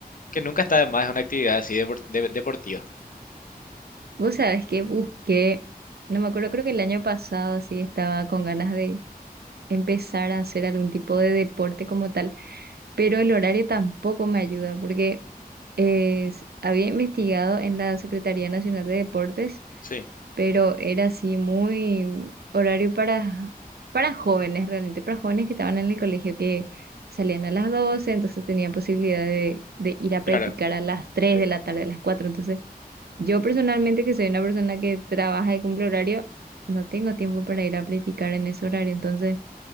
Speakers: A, on the left; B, on the right.
A: que nunca está de más una actividad así depor- de- deportiva.
B: Vos sabés que busqué, no me acuerdo, creo que el año pasado así estaba con ganas de empezar a hacer algún tipo de deporte como tal, pero el horario tampoco me ayuda porque es- había investigado en la Secretaría Nacional de Deportes,
A: Sí,
B: pero era así muy horario para, para jóvenes realmente, para jóvenes que estaban en el colegio que salían a las 12, entonces tenían posibilidad de, de ir a practicar
A: Claro.
B: a las tres
A: Eh.
B: de la tarde, a las 4, entonces... Yo personalmente, que soy una persona que trabaja y cumple horario, no tengo tiempo para ir a practicar en ese horario. Entonces,